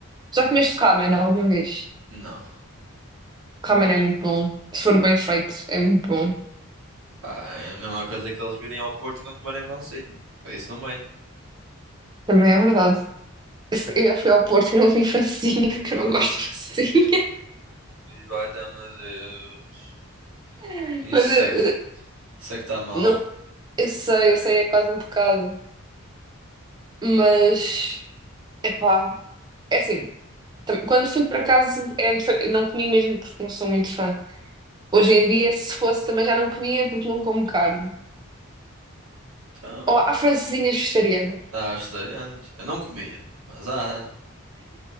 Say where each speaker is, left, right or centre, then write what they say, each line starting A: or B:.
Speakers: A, on the right; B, on the right.
A: Já
B: Hum,
A: comeste ramen alguma vez?
B: Não.
A: Ramen é muito bom. Se for bem feito, é muito bom.
B: Pá, é a mesma coisa que eles virem ao Porto e não comerem francesinha. Para Isso não bem.
A: Também é verdade. Eu já fui ao Porto e não comi francesinha, porque
B: Uh,
A: eu não gosto de francesinha.
B: valha-me Deus.
A: <laughs>
B: Isso
A: Mas eu, eu-
B: é que, isso é que está mal.
A: não, eu sei, eu sei, é quase um pecado. Mas, epá, é assim, tam- quando fui para casa, é, foi- não comi mesmo porque não sou muito fã. Hoje em dia, se fosse, também já não comia porque não como carne.
B: Então,
A: Ou há francesinhas vegetarianas,
B: há vegetarianas. Eu não comia, mas há.